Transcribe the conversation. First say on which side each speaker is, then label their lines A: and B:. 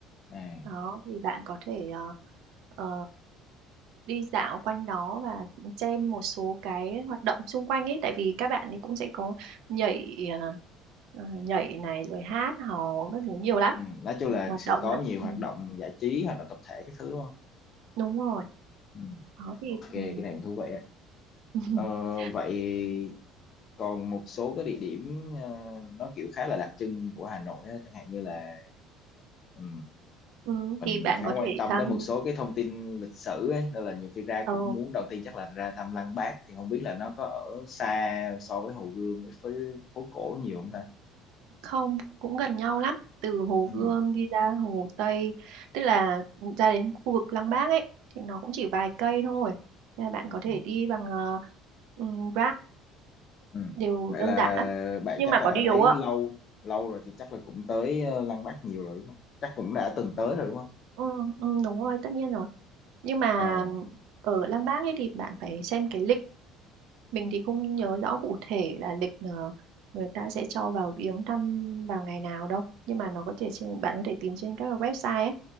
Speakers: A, on the left; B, on the right.
A: À.
B: đó thì bạn có thể ờ, ờ, đi dạo quanh đó và xem một số cái hoạt động xung quanh ấy tại vì các bạn ấy cũng sẽ có nhảy à, à, nhảy này rồi hát hò các thứ nhiều lắm
A: Ừ. Nói chung
B: nhiều
A: là
B: hoạt
A: sẽ
B: động
A: có
B: lắm
A: nhiều hoạt
B: ừ.
A: động giải trí, hoạt động tập thể cái thứ đúng không?
B: đúng rồi
A: Ừ.
B: đó thì
A: Ok, cái
B: ừ.
A: này cũng thú vị á.
B: <laughs>
A: Ờ, vậy còn một số cái địa điểm ờ, nó kiểu khá là đặc trưng của Hà Nội á, chẳng hạn như là ừ,
B: ừ,
A: mình
B: thì bạn
A: khá
B: có
A: quan
B: thể
A: tâm
B: thăm
A: tới một số cái thông tin lịch sử ấy nên là nhiều khi ra
B: ờ,
A: cũng muốn đầu tiên chắc là ra thăm Lăng Bác thì không biết là nó có ở xa so với Hồ Gươm với với phố cổ nhiều không ta
B: không cũng gần nhau lắm từ Hồ
A: ừ.
B: Gươm đi ra Hồ Tây tức là ra đến khu vực Lăng Bác ấy thì nó cũng chỉ vài cây thôi nên là bạn có
A: ừ.
B: thể đi bằng uh,
A: ừ.
B: đều
A: vậy
B: đơn
A: là
B: giản lắm
A: bạn
B: nhưng
A: chắc
B: mà
A: là
B: có
A: ở
B: điều
A: đấy
B: á
A: lâu lâu rồi thì chắc là cũng tới ờ, Lăng Bác nhiều rồi đúng không chắc cũng đã từng tới rồi đúng không
B: ừ, ừ, đúng rồi tất nhiên rồi nhưng mà
A: ồ
B: ở Lăng Bác ấy thì bạn phải xem cái lịch mình thì không nhớ rõ cụ thể là lịch ờ, người ta sẽ cho vào viếng thăm vào ngày nào đâu nhưng mà nó có thể trên bạn có thể tìm trên các cái website ấy